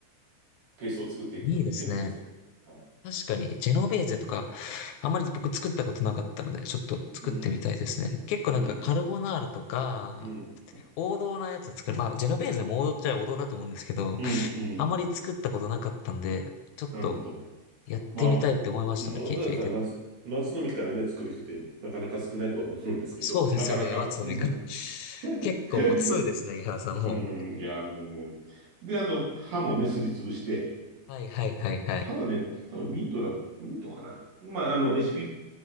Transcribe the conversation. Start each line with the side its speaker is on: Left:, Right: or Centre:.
Right: ペーストを作っていくとね、
Left: いいですね。
Right: ジェノベーゼ。はい。
Left: 確かに、ジェノベーゼとか、あんまり僕作ったことなかったので、ちょっと作ってみたいですね。
Right: うん、
Left: 結構なんかカルボナーラとか、
Right: うん、うん、
Left: 王道なやつ作る。まあ、ジェノベーゼも王道っちゃ王道だと思うんですけど、
Right: うん、うん。
Left: あんまり作ったことなかったんで、ちょっと
Right: なるほど。
Left: やってみたいって思いましたね、
Right: まあ、わざわざ松、
Left: 聞いてみて。
Right: 松の実からね、作る人ってなかなか少ないとは思うんですけど、
Left: そうですよね。
Right: なかなか、
Left: 松の実から。
Right: うん
Left: 結構もう2ですね、
Right: <laughs>
Left: 井原さんもう。
Right: うん、いや、もう。で、あと、歯もね、すりつぶして、
Left: はいはいはいはい。
Right: 歯はね、多分ミントだ、ミントかなまあ、あの、レシピ、